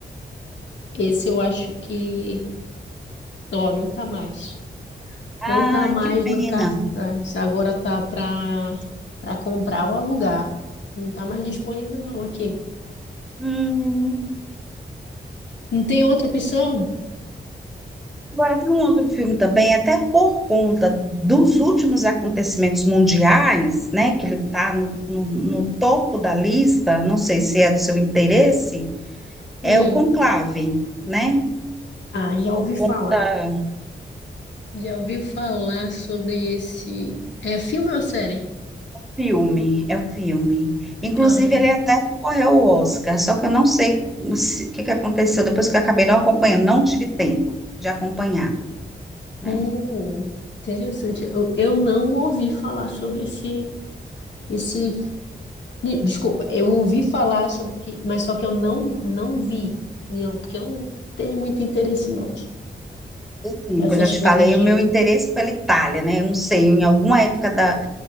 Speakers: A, on the left; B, in the centre.
A: Esse eu acho que. Ó, não tá mais.
B: Ai,
A: Não tá mais
B: que pena.
A: na cartaz. Agora tá para para comprar ou alugar. Não tá mais disponível não aqui.
B: Hum,
A: Não tem outra opção?
B: agora tem um outro filme também, até por conta dos últimos acontecimentos mundiais, né? Que ele está no, no, no topo da lista, não sei se é do seu interesse, é
A: Hum.
B: o Conclave, né?
A: Ah, já
B: Por
A: ouvi
B: conta
A: falar. Já ouvi falar sobre esse. É filme ou série?
B: filme, é o filme. Inclusive,
A: Ah,
B: ele até concorreu ao Oscar, só que eu não sei o se- o que que aconteceu depois que eu acabei não acompanhando, não tive tempo de acompanhar, né?
A: hum, interessante. Eu, eu não ouvi falar sobre esse esse. de- Desculpa, eu ouvi falar sobre que, mas só que eu não não vi. E eu, porque eu não tenho muito interesse não.
B: Sim,
A: Essas
B: que eu já te
A: coisas
B: falei,
A: de
B: o meu interesse pela Itália, né? Eu não sei, em alguma época da,